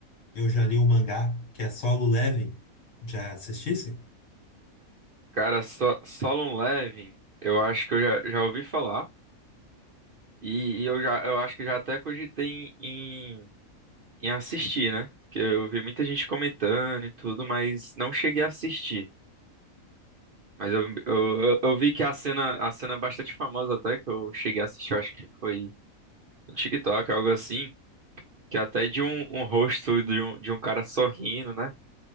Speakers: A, on the left; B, on the right.
A: Eu já li o mangá, que é Solo Leveling. Já assistisse?
B: Cara, so, Solo Leveling, eu acho que eu já, já ouvi falar e, e eu já eu acho que já até cogitei em em assistir, né? Que eu vi muita gente comentando e tudo, mas não cheguei a assistir. Mas eu, eu, eu eu vi que a cena, a cena é bastante famosa até, que eu cheguei a assistir, eu acho que foi no TikTok, algo assim, que é até de um, um rosto de um, de um cara sorrindo, né?